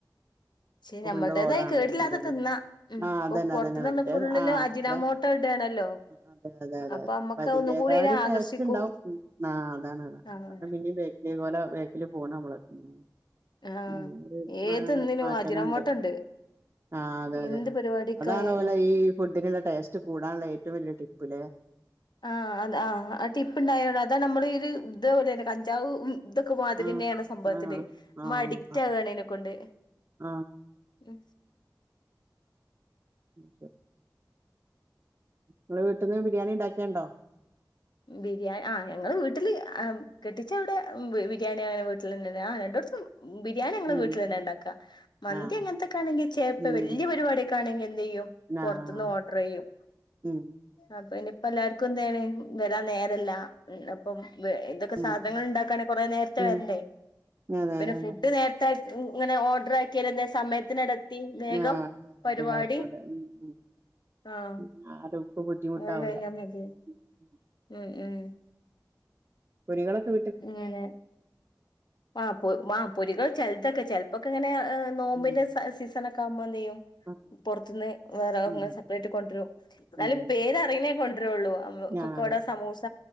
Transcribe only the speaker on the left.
പക്ഷെ നമ്മൾടേതായി
കേടില്ലാതെ
തിന്നാ ഉം
ഇപ്പൊ
പൊറത്തുന്നുള്ള
ഫുള്ളില്
അജിനാമോട്ട ഇടാണല്ലോ
അപ്പൊ അമ്മക്ക്
ഒന്നും കൂടി അയിനെ
ആകർഷിക്കും
ആഹ്
ആഹ്
ഏതിന്നിനും അജിനോമോട്ടണ്ട്
എന്ത് പരിപാടിക്കായാലും
ആഹ് അത് ആഹ് ആ ടിപ്പ് ഇണ്ടായോട അതാ നമ്മളീ ഇത് ഇതേപോലന്നെ കഞ്ചാവ് ഉം ഇതൊക്കെ മാതിരിന്നെയാണ്
സംഭവത്തില്
നമ്മ
അഡിക്റ്റ് ആകാണ് ഇയിനെക്കൊണ്ട്
എ
ബിരിയാ ആഹ് ഞങ്ങള വീട്ടില് ആഹ് കെട്ടിച്ചവിടെ ബിരിയാണി അങ്ങനെ വീട്ടിലന്നെ ആഹ് രണ്ടോടത്തും ബിരിയാണി ഞങ്ങളെ
വീട്ടിലന്നെ ഇണ്ടാക്കാ മന്തി
അങ്ങനത്തൊക്കാണെങ്കി ചേപ്പ
വല്ല്യ പരിപാടിയൊക്കെ ആണെങ്കി എന്ത് ചെയ്യും പൊറത്തിന്ന്
ഓർഡർ ചെയ്യും
അപ്പ ഇനി ഇപ്പെല്ലാർക്കും എന്താണ് വരാൻ നേരെല്ല ഇം അപ്പം വേ ഇതൊ ക്കെ
സാധങ്ങള് ഇണ്ടാക്കാൻ കുറേ നേരത്തെ
വരണ്ടേ
പിന്നെ
ഫുഡ്
നേരത്താ ഇങ്ങനെ ഓർഡർ ആക്കിയാൽ എന്താ സമയത്തിനെട ത്തി വേഗം
പരിപാടി
ആഹ്
അതൊക്കെ കഴിഞ്ഞാൽ മതി
ഉം ഉം
ഇങ്ങനെ ആഹ് പൊ ആഹ് പൊരികള് ചിലതൊക്കെ ചെലപ്പൊക്കെ ഇങ്ങനെ ആഹ് നോമ്പിന്റെ
സ സീസനൊക്കെ ആകുമ്പൊ എന്ത് ചെയ്യും
പുറത്തുന്ന് വേറെങ്ങെ
സെപ്പറേറ്റ് കൊണ്ടരും എന്നാലും
പേരറിയണെ കൊണ്ടരൊള്ളൂ കൊക്കോഡോ
സമൂസ